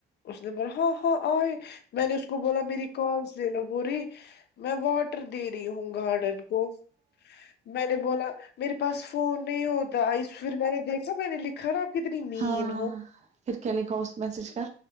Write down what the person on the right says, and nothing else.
ہاں
پھر کیا لکھا اس میسج کا